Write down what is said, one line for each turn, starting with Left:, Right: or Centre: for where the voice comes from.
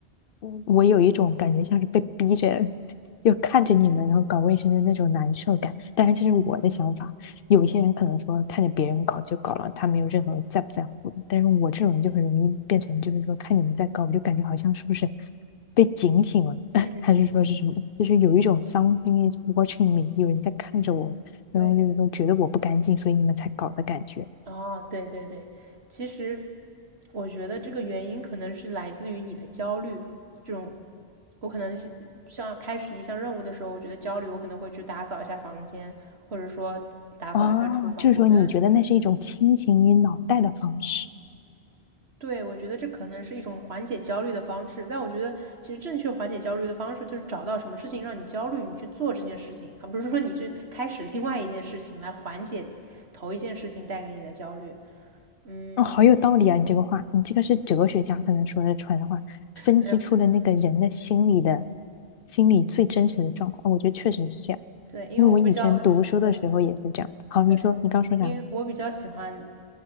Left: 嗯我有一种感觉像是被逼着，又看着你们然后搞卫生的那种难受感。但是这是我的想法，有一些人可能说看着别人搞就搞了，他没有任何在不在乎的。但是我这种人就很容易变成，就是说看你们在搞，我就感觉好像是不是被警醒了。
Right: <laughs> 嗯，
Left: 还是说是什么？就是有一种 something is watching me，有人在看着我，
Right: 对，
Left: 然后就是说觉得我不干净，所以你们才搞的感觉。
Right: 哦，对对对，其实我觉得这个原因可能是来自于你的焦虑，这种我可能是像开始一项任务的时候，我觉得焦虑，我可能会去打扫一下房间，或者说打扫一下厨房。
Left: 哦，就是说你觉得那是一种清醒你脑袋的方式。
Right: 我觉得对，我觉得这可能是一种缓解焦虑的方式，但我觉得其实正确缓解焦虑的方式就是找到什么事情让你焦虑，你去做这件事情，而不是说你去开始另外一件事情来缓解头一件事情带给你的焦虑。嗯，
Left: 哦，好有道理啊！你这个话，你这个是哲学家可能说的出来的话，分析出了那个人的心理的
Right: 没有，
Left: 心理最真实的状态。哦我觉得确实是这样，
Right: 对，因为我比较，
Left: 因为我以前读书的时候也是这样。
Right: 对，
Left: 好，
Right: 对，
Left: 你说你刚说啥？
Right: 因为我比较喜欢